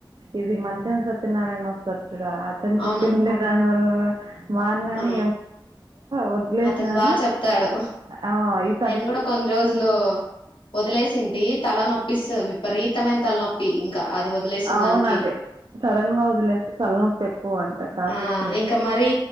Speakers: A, on the right (about 55°); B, on the left (about 80°).
A: ఇది మంచం సత్యనారాయణ వస్తారు రాతారు కదా అతను
B: అవును
A: చెప్పింది దానివల్ల మాన్ నని
B: ఆ
A: వదిలేసినాను
B: అతను బాగా చెప్తాడు
A: ఆ ఇపు
B: నేను కూడా కొన్ని రోజులు వదిలేసి తిడి తల నొప్పిస్త విపరీతమైన తల నొప్పి ఇంకా అది వదిలేసిన
A: అవును
B: దానికి
A: అదే సడన్ గా వదిలేస్తే తలనొప్పి ఎక్కువ అంటా కాఫీ
B: ఆ
A: టీ
B: ఇంకా
A: అదైనా
B: మరీ